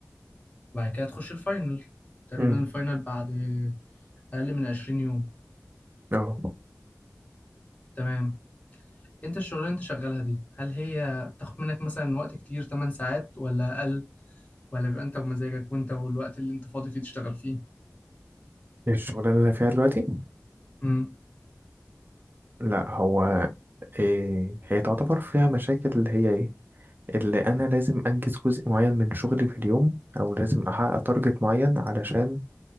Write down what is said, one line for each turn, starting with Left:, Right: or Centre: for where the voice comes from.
Left: وبعد كده تخش الفاينل تقريبا
Right: امم
Left: الفاينل بعد اقل من 20 يوم
Right: اه
Left: تمام انت الشغلانه اللي انت شغالها دي هل هي بتاخد منك مثلا وقت كتير 8 ساعات ولا اقل ولا بيبقى انت ومزاجك وانت والوقت اللي انت فاضي فيه تشتغل فيه
Right: الشغلانة اللي أنا فيها دلوقتي
Left: امم
Right: لا هو إيه هي تعتبر فيها مشاكل اللي هي ايه اللي انا لازم انجز جزء معين من شغلي في اليوم او لازم احقق تارجت معين علشان